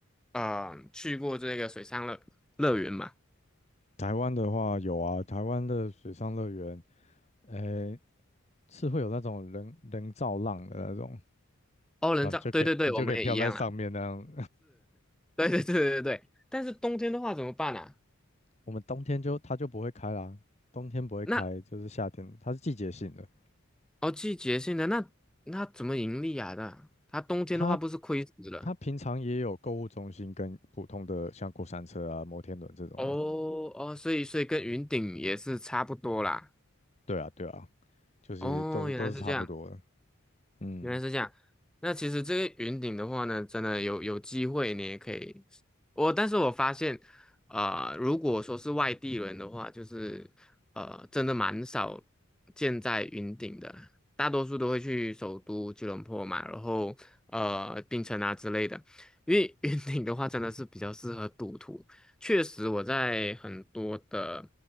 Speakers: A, in the centre; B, on the left.
A: 啊呃去过这个水上乐乐园吗？
B: 台湾的话有啊，台湾的水上乐园，诶，是会有那种人人造浪的那种，
A: 哦，人造，
B: 那你就可以你就可以飘在上面那样
A: 对对对，我们也一样啦。<laughs> 对对对对对对，但是冬天的话怎么办啊？
B: 我们冬天就它就不会开啦，冬天不会开，
A: 那。
B: 就是夏天，它是季节性的。
A: 哦，季节性的那那怎么盈利啊？那它冬天的话不是亏死了？
B: 它它平常也有购物中心跟普通的像过山车啊、摩天轮这种的。
A: 哦哦，所以所以跟云顶也是差不多啦。
B: 对啊，对啊，就是都是都是差不多的。
A: 哦，原来是这样。
B: 嗯，
A: 原来是这样。那其实这个云顶的话呢，真的有有机会你也可以。我但是我发现，呃，如果说是外地人的话，就是呃，真的蛮少见在云顶的，大多数都会去首都吉隆坡嘛，然后呃，槟城啊之类的。因为 <laughs> 云顶的话，真的是比较适合赌徒。确实，我在很多的